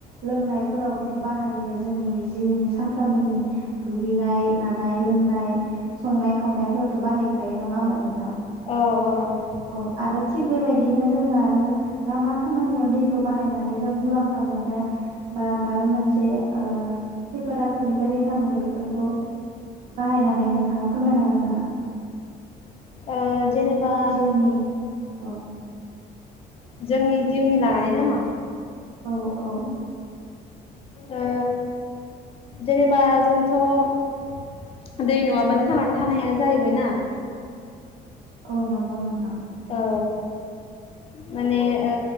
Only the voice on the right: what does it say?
लोंनायफोरावबोथ' बाहायो जोंनि जिउनि सानफ्रामबोनि दुगैनाय मानाय लोंनाय संनाय खावनायफोरावथ' बाहायखायो नङा होमबा नोंथां ।
औ आरो थिग बेबायदिनो जोङो आरो मा मा खामानियाव दैखौ बाहायनानै जों मुलाम्फा मोनो बा माबा मोनसे ओ खैफोद आफोदनिबो रैखा मोनो बेफोरखौ बाहायनानै नोंथाङा फोरमायनो हागोन नामा?
उननि औ
औ औ
औ नंगौ नोंथां